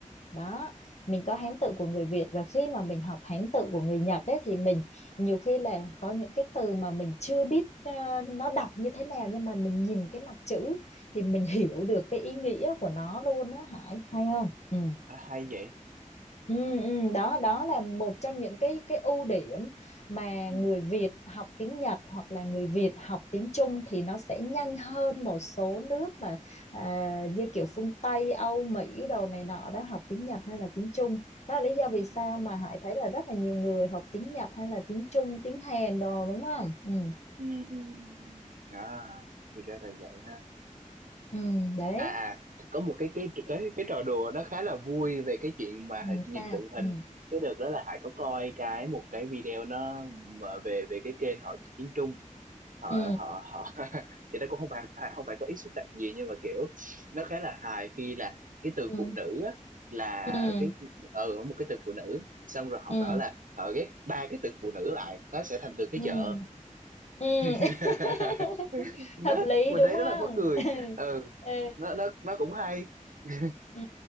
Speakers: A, on the left; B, on the right.
A: Đó, mình có Hán tự của người Việt và khi mà mình học Hán tự của người Nhật đấy thì mình nhiều khi là có những cái từ mà mình chưa biết ờ, nó đọc như thế nào nhưng mà mình nhìn cái mặt chữ thì mình hiểu được cái ý nghĩa của nó luôn đó Hải, hay không? Ừ.
B: à, hay vậy
A: Ừ, ừ, đó đó là một trong những cái cái ưu điểm mà
B: ừ
A: người Việt học tiếng Nhật hoặc là người Việt học tiếng Trung thì nó sẽ nhanh hơn một số nước mà à, như kiểu phương Tây, Âu, Mỹ đồ này nọ đó học tiếng Nhật hay là tiếng Trung. Đó là lý do
B: ừ
A: vì sao mà Hải thấy là rất là nhiều người học tiếng Nhật hay là tiếng Trung, tiếng Hàn đồ đúng không? Ừ,
B: ừ ừ ừ. ừ. à thì ra là vậy ha
A: ừ đấy.
B: à à có một cái cái cái cái trò đùa nó khá là vui về cái chuyện mà
A: Ừ,
B: nhìn
A: sao?
B: tượng hình
A: Ừ,
B: cái đợt đó là Hải có coi cái một cái video nó mà về về cái kênh họ dạy tiếng Trung họ
A: ừ,
B: họ họ <laughs> thì nó cũng không phải phải- không phải có ý xúc phạm gì nhưng mà kiểu nó khá là hài khi là cái từ
A: ừ,
B: phụ nữ á, là
A: ừ,
B: cái ừ một cái từ phụ nữ xong rồi họ
A: ừ.
B: bảo là họ ghép ba cái từ phụ nữ lại nó sẽ thành từ cái
A: ừ. ừ.
B: chợ
A: ừ
B: <laughs>
A: <laughs>
B: đó
A: hợp lý
B: mình
A: đúng
B: thấy
A: không
B: rất là mắc cười
A: <laughs>
B: ừ
A: ừ
B: nó nó nó cũng hay <laughs>
A: ừ